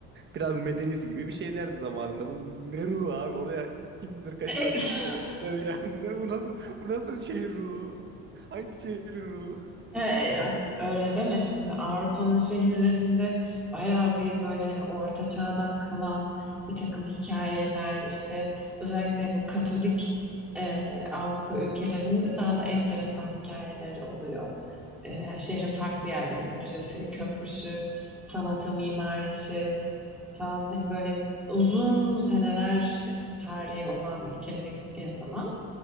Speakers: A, on the right; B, in the centre.
A: biraz medenisi gibi bir şeylerdi zamanında. Bu ne ruhu abi oraya kim bilir kaç
B: <laughs>
A: tane esir getirdiler yani. <laughs> Ne, bu nasıl bu nasıl şehir ruhu? Hangi şehrin ruhu?
B: E, ya öyle deme şimdi Avrupa'nın şehirlerinde bayağı bir böyle hani orta çağdan kalan bir takım hikayeler işte özellikle bu Katolik e, Avrupa ülkelerinde daha da enteresan hikayeleri oluyor. E, yani şehrin farklı yerlerinde müzesi, köprüsü, sanatı, mimarisi falan hani böyle uzun seneler tarihi olan ülkelere gittiğin zaman